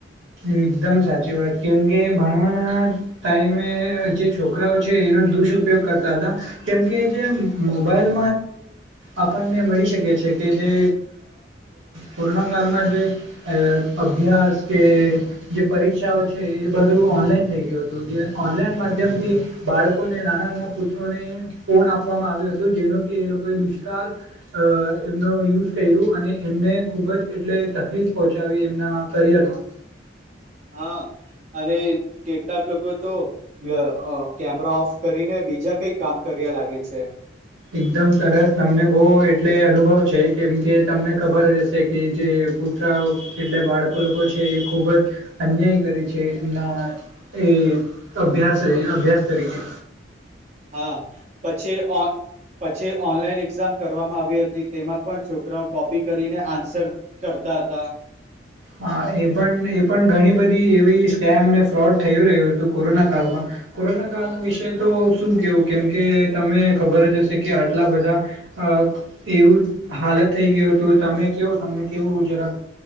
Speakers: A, on the right; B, on the right.
A: એકદમ સાચી વાત કેમ કે ભણવાના ટાઈમે જે છોકરાઓ છે એનો દુષયોગ કરતા હતા કેમકે જે મોબાઈલ આપણને મળી શકે છે કે જે કોરોના કળમાં એ અ અભ્યાસ કે જે પરીક્ષાઓ છે એ બધું ઓનલાઈન થઈ ગયું હતું જે ઓનલાઈન માધ્યમથી બાળકોને નાના નાના પુત્રોને ફોન આપવામાં આવ્યો હતો જેનો કે એ લોકોએ દુષ્કાળ એ એ નો યુઝ કર્યું અને એમને ખુબ જ એટલે તકલીફ પહોંચાવી એમના કરિયરમાં
B: હા અને કેટલાક લોકો તો એ અ કેમેરા ઓફ કરીને બીજા કઈ કામ કરતું ગયા લાગે છે.
A: એકદમ સરસ તમને બહું એટલે અનુભવ છે કેમ કે તમને ખબર જ હશે કે જે જે પૂતરાઉ એટલે બાળકો લોકો છે એ ખુબ જ અન્યાય કરે છે એમના એ અભ્યાસ જ આયા અભ્યાસ તરીકે
B: હા પછી અ પછી ઓનલાઈન એક્ઝામ કરવામાં આવી હતી તેમાં પણ છોકરાઓ કોપી કરીને આન્સર કરતા હતા ખાલી
A: હા એ પણ એ પણ ઘણી બધી એવી સ્કેમ અનેને ફ્રોડ થય રહ્યું હતું કોરોના કાલમાં કોરોના કાલ વિશે તો શું કેવું કેમ કે તમને ખબર જ હશે કે આટલા બધા અ એવું હાલત થઈ ગયું હતું તમે કેવો તમને કેવું જરાક